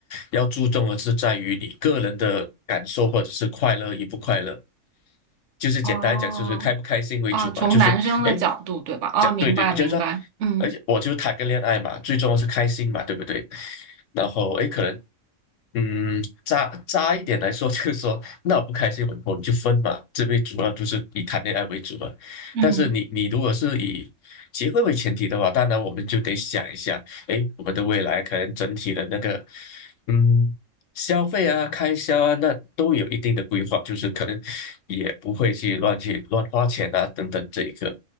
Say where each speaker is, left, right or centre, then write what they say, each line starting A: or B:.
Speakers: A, on the left (about 70°); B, on the right (about 70°).
A: 要注重的是在于你个人的感受或者是快乐与不快乐，
B: <laughs>
A: 就是简单来讲，
B: 哦，
A: 就是开不开心为主嘛。
B: 啊，从男生的角度，
A: 就是哎，诶
B: 对吧？啊，
A: 讲对对，
B: 明白明白，
A: 就是说，
B: 嗯
A: 而且我就谈个恋爱嘛，最重要是开心嘛，对不对？然后哎，诶可能嗯，渣渣一点来说，<laughs> 就是说，那我不开心，我们就分嘛。这边主要就是以谈恋爱为主嘛。
B: 嗯，
A: 但是你你如果是以结婚为前提的话，当然我们就得想一下，哎，我们的未来可能整体的那个，嗯，消费啊、开销啊，那都有一定的规划，就是可能也不会去乱去乱花钱啊，等等这一个。